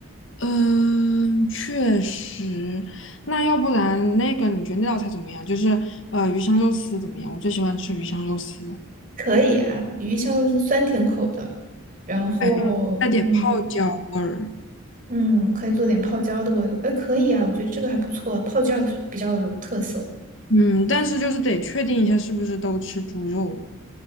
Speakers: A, on the left; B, on the right.
A: 嗯，确实。那要不然那个你觉得那道菜怎么样？就是呃鱼香肉丝怎么样？我最喜欢吃鱼香肉丝，
B: 可以啊，鱼香肉丝酸甜口的，然后嗯。
A: 哎，带点泡椒味儿。
B: 嗯，可以做点泡椒的味道，哎，可以啊，我觉得这个还不错，泡椒也是比较有特色。
A: 嗯，但是就是得确定一下是不是都吃猪肉。